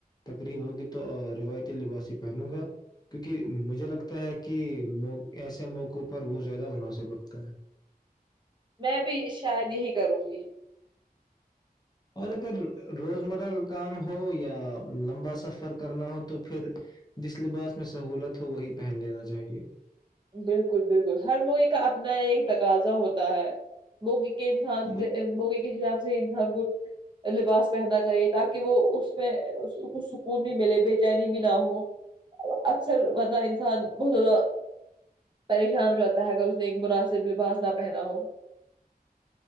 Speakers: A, on the left; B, on the right.
A: تقریب ہوگی تو روایتی لباس پہنو گا کیونکہ مجھے لگتا ہے کہ مو ایسے موقعوں پر وہ زیادہ مناسب بکتا ہے
B: میں بھی شاید یہی کروں گی
A: اور اگر روزمرہ کا کام ہو یا لمبا سفر کرنا ہو تو پھر جس لباس میں سہولت ہو وہی پہن لینا چاہیے
B: بالکل بالکل ہر موقع کا اپنا ایک تقاضا ہوتا ہے موقع کے انسان
A: مجھ-
B: سے موقع کے حساب سے انسان کو لباس پہننا چاہیے تاکہ وہ اس میں کچھ سکون بھی ملے بے چینی بھی نہ ہو اکثر ورنہ انسان بہت زیادہ پریشان ہو جاتا ہے اگر اس نے ایک مناسب لباس نہ پہنا ہو